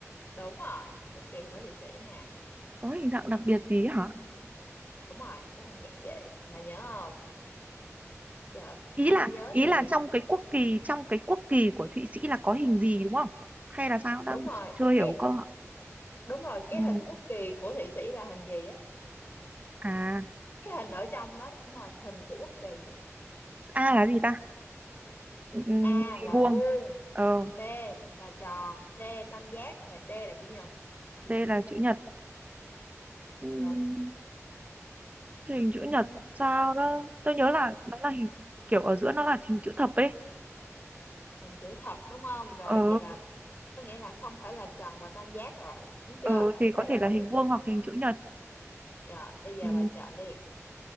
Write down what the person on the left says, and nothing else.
Đúng rồi, quốc kỳ của Thụy Sĩ nha.
Ừm,
đúng rồi, có hình dạng gì? Bà nhớ không? Giờ
không
nhớ
thì
đúng rồi
cái
đúng rồi cái
hình quốc kỳ của Thụy Sĩ là hình gì á
cái hình ở trong đó, đó đúng rồi hình của quốc kỳ á
A là
vuông
B là tròn C tam giác và D là chữ nhật
đúng
ừ,
ừ.
hình chữ thập đúng không rồi
vậy là có nghĩa là không phải là tròn và tam giác rồi đúng
chưa ý
bà
là
vậy
rồi bây giờ
bà chọn đi